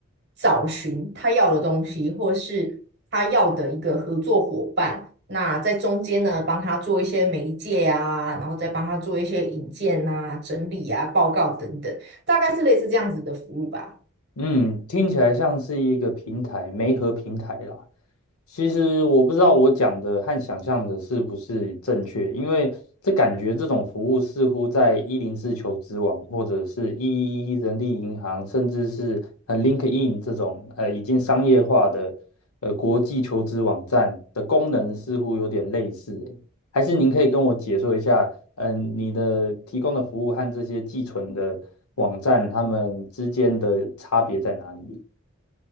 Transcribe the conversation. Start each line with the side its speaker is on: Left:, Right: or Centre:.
Right: 找寻他要的东西，或是他要的一个合作伙伴。那在中间呢，帮他做一些媒介啊，然后再帮他做一些引荐啊、整理啊、报告等等，大概是类似这样子的服务吧。
Left: 嗯，听起来像是一个平台，媒合平台啦。其实我不知道我讲的和想象的是不是正确，因为这感觉这种服务似乎在一零四求职网或者是一一一人力银行，甚至是呃 LinkedIn 这种呃已经商业化的呃国际求职网站的功能似乎有点类似欸还是您可以跟我解说一下，嗯，你的提供的服务和这些寄存的网站，它们之间的差别在哪里？